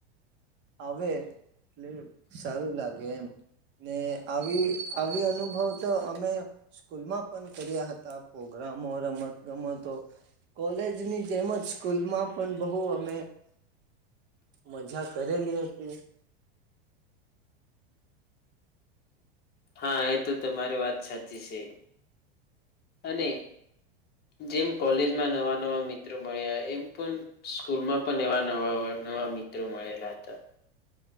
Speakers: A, on the right; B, on the left.
A: આવે એટલે સારું લાગે એમ ને આવી આવી અનુભવ તો અમે સ્કૂલમાં પણ કર્યા હતા પ્રોગ્રામ કામો રમત ગમતો કોલેજ ની જેમ જ સ્કૂલમાં પણ બહુ અમે મજા કરેલી હતી
B: હા એ તો તમારી વાત સાચી છે અને જેમ કોલેજમાં નવા નવા મિત્રો મળ્યા એમ પણ સ્કૂલમાં પણ એવા નવા નવા મિત્રો મળેલા હતા